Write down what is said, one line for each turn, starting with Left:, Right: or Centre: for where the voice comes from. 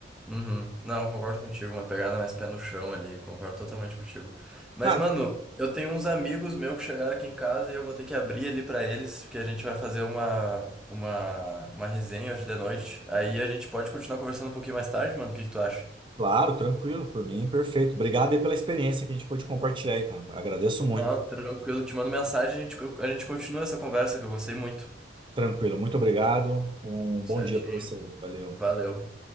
Centre: Uhum. Não, concordo contigo, uma pegada mais pé no chão ali, concordo totalmente contigo. Mas,
Right: Cara,
Centre: mano, eu tenho uns amigos meus que chegaram aqui em casa e eu vou ter que abrir ali pra eles, porque a gente vai fazer uma, uma, uma resenha hoje de noite. Aí a gente pode continuar conversando um pouquinho mais tarde, mano, o que que tu acha?
Right: Claro, tranquilo, por mim, perfeito. Obrigado aí pela experiência que a gente pôde compartilhar aí, cara. Agradeço muito.
Centre: Não, tranquilo, te mando mensagem, a gente, a gente continua essa conversa que eu gostei muito.
Right: Tranquilo, muito obrigado. Um bom
Centre: Certinho,
Right: dia para você. Valeu.
Centre: valeu.